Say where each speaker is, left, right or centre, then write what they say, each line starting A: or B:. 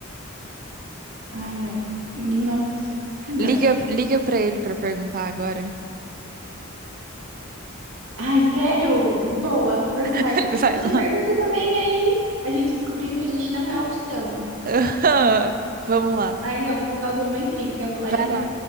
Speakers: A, on the right (about 65°); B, on the right (about 40°).
A: Ai, não. Nossa. Não.
B: Liga, liga para ele para perguntar agora.
A: Ai, sério? Boa, vou perguntar.
B: <laughs> Vai
A: Você
B: lá.
A: pergunta também, aí a gente descobrindo que a gente não é opção.
B: <laughs> Vamos lá.
A: Ai, não, você causou uma intriga. Eu vou lá
B: Vai
A: ligar.
B: lá.